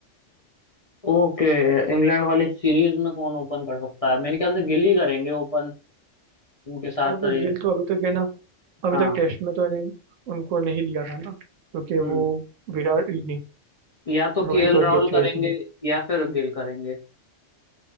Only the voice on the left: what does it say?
ओके इंग्लैंड वाली सीरीज में कौन ओपन कर सकता है मेरे ख्याल से गिल ही करेंगे ओपन उनके साथ
ये
हाँ
हम्म
या तो
केएल
राहुल
करेंगे
या फिर गिल करेंगे